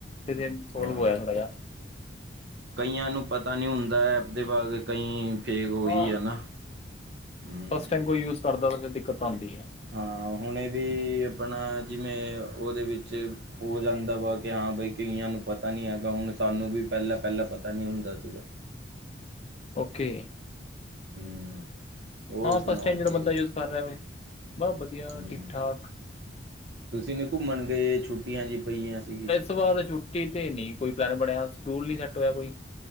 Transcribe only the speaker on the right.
ਹਾਂ।
ਕਈਆਂ ਨੂੰ ਪਤਾ ਨੀ ਹੁੰਦਾ ਐਪ ਦੇ ਬਾਰੇ ਕਈਂ ਫੇਰ ਓਈ
ਐ ਨਾ। ਹੂੰ।
ਹਾਂ ਹੁਣੇ ਵੀ, ਅਪਣਾ ਜਿਵੇਂ ਓਦੇ ਵਿੱਚ ਹੋ ਜਾਂਦਾ ਵਾ, ਕੇ ਹਾਂ ਬਈ ਕਈਆਂ ਨੂੰ ਪਤਾ ਨੀ ਹੈਗਾ ਹੁਨ ਸਾਨੂੰ ਵੀ ਪੈਲਾਂ ਪੈਲਾਂ ਪਤਾ ਨੀ ਹੁੰਦਾ ਸੀਗਾ।
ਹੂੰ। <unintelligible> ਉਹ
ਸੁਣਾਓ
ਤੁਸੀਂ
ਹੂੰ
ਤੁਸੀਂ ਨੀ ਘੁੰਮਣ ਗਏ, ਛੁੱਟੀਆਂ ਜੀ ਪਈਆਂ ਸੀਗੀ?